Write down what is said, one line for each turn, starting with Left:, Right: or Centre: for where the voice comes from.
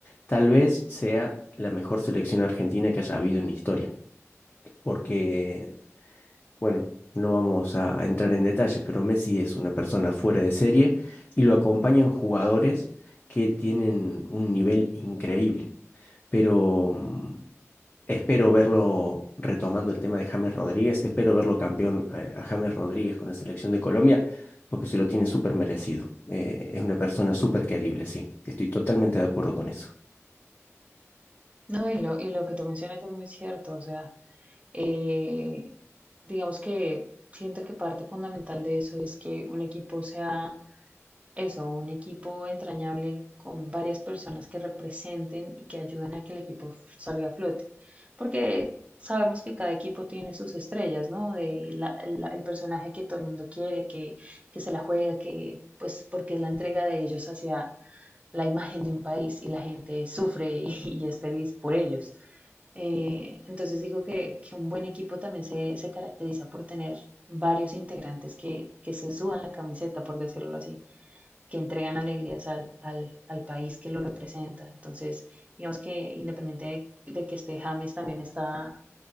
Left: tal vez sea la mejor selección argentina que haya habido en la historia. Porque, bueno, no vamos a entrar en detalles, pero Messi es una persona fuera de serie y lo acompañan jugadores que tienen un nivel increíble. Pero... mm, Espero verlo retomando el tema de James Rodríguez, espero verlo campeón eh, a James Rodríguez con la selección de Colombia, porque se lo tiene súper merecido. Eh, es una persona súper querible, sí. Estoy totalmente de acuerdo con eso.
Right: No, y lo, y lo que tú mencionas es muy cierto, o sea, eh, digamos que siento que parte fundamental de eso es que un equipo sea eso, un equipo entrañable con varias personas que representen y que ayuden a que el equipo f- salga a flote. Porque sabemos que cada equipo tiene sus estrellas, ¿no? De la- la- el personaje que todo el mundo quiere, que, que se la juega, que pues porque es la entrega de ellos hacia la imagen de un país y la gente sufre <laughs> y, es feliz por ellos. Eh, entonces digo que, que un buen equipo también se, se caracteriza por tener varios integrantes que, que se suban la camiseta, por decirlo así que entregan alegrías al, al, al país que lo representa. Entonces, digamos que independiente de, de que esté James, también está